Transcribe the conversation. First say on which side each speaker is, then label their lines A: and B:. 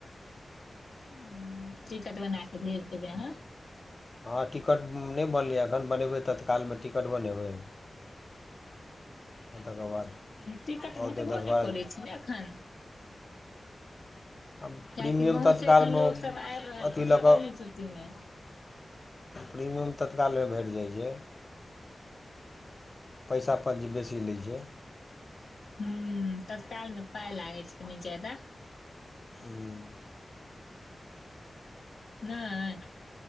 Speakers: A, on the left (about 75°); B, on the left (about 35°).
A: हूं, टिकट बना कऽ भेज देबै अहाँ।
B: हँ टिकट नै बनलैए एखन, बनेबै तत्काल में टिकट बनेबै। आ तेकर बाद
A: टिकट भेटबो
B: औतै दस
A: ने
B: बारह
A: करै छै ने एखन?
B: आ
A: कियेकि
B: प्रीमियम
A: गाँव
B: तत्कालमे
A: से एखन लोक सब ऐब रहल
B: अथि
A: छै
B: लऽ
A: ने
B: कऽ
A: गर्मी छुट्टी में।
B: प्रीमियम तत्काल में भेट जै छै। पैसा-पजी बेसी लै छै।
A: हूं, तत्काल में पै लागै छै कनि ज्यादा।
B: हँ।
A: नै?